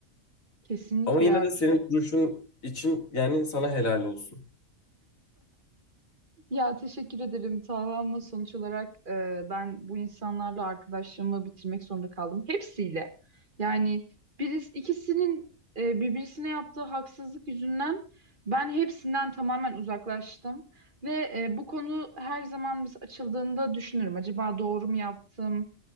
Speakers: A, on the right; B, on the left.
A: kesinlikle
B: Ama yine
A: ya.
B: de senin duruşun için yani sana helal olsun.
A: Ya teşekkür ederim Taha ama sonuç olarak e, ben bu insanlarla arkadaşlığımı bitirmek zorunda kaldım. Hepsiyle. Yani birisi, ikisinin e, birbirisine yaptığı haksızlık yüzünden ben hepsinden tamamen uzaklaştım. Ve e, bu konu her zaman biz açıldığında düşünürüm. Acaba doğru mu yaptım?